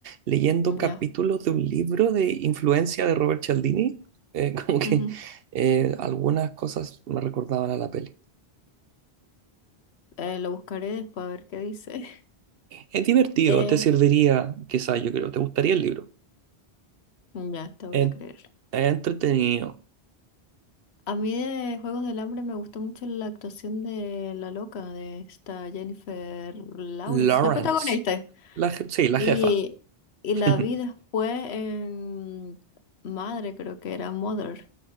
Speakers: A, on the right; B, on the left.
A: Leyendo capítulos
B: ya,
A: de un libro de influencia de Robert Cialdini, eh, <laughs> como que
B: ujú.
A: eh, algunas cosas me recordaban a la peli.
B: Eh, lo buscaré después a ver qué dice. <laughs>
A: Es divertido,
B: Eh,
A: te serviría, quizás yo creo, te gustaría el libro.
B: ya, te voy
A: Es
B: a creer.
A: es entretenido.
B: A mí de Juegos del Hambre me gustó mucho la actuación de la loca, de esta Jennifer Lawrence,
A: Lawrence,
B: la protagonista.
A: la, je- sí, la
B: Y,
A: jefa.
B: y
A: <laughs>
B: la vi después en Madre, creo que era Mother.